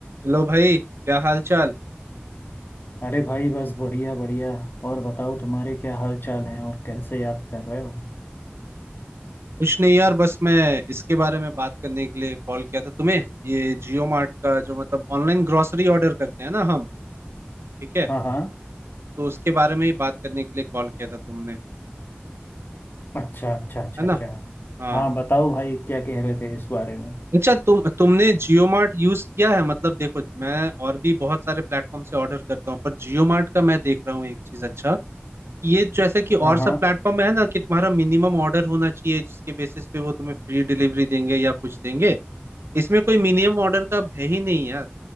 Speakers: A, on the right; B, on the left.
A: Hello भाई क्या हाल चाल
B: अरे भाई बस बढ़िया बढ़िया और बताओ तुम्हारे क्या हाल चाल है और कैसे याद कर रहे हो
A: कुछ नहीं यार बस मैं इसके बारे में बात करने के लिए कॉल किया था तुम्हें ये जियो मार्ट का जो मतलब ऑनलाइन ग्रोसरी ऑर्डर करते हैं ना हम ठीक है
B: हाँ हाँ
A: तो उसके बारे में ही बात करने के लिए कॉल किया था तुमने
B: अच्छा अच्छा अच्छा
A: है ना
B: अच्छा
A: हाँ
B: हाँ बताओ भाई क्या कह रहे थे इस बारे में
A: अच्छा तुम तुमने जियो मार्ट यूज किया है मतलब देखो मैं और भी बहुत सारे प्लेटफॉर्म से ऑर्डर करता हूँ पर जियो मार्ट का मैं देख रहा हूँ एक चीज अच्छा कि ये जैसे कि और
B: हाँ हाँ
A: सब प्लेटफॉर्म है ना कि तुम्हारा मिनिमम ऑर्डर होना चाहिए जिसके बेसिस पे वो तुम्हें फ्री डिलीवरी देंगे या कुछ देंगे इसमें कोई मिनिमम ऑर्डर का है ही नहीं यार